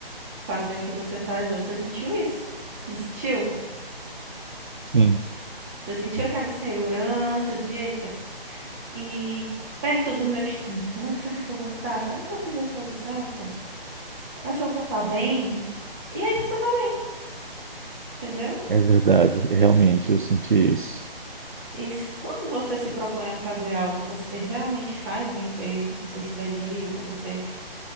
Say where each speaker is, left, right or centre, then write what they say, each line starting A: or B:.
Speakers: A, on the right; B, on the right.
A: fazer o que você faz hoje, você sentiu isso? Não sentiu?
B: Sim,
A: Você sentiu aquela insegurança de, eita, e perto dos meus 30, como é que será que eu vou estar? Será que eu fiz a escolha certa? Será que eu vou estar bem? E aí você tá bem, entendeu?
B: é verdade. Realmente, eu senti isso.
A: E s- quando você se propõe a fazer algo e você realmente faz bem feito, você se dedica, você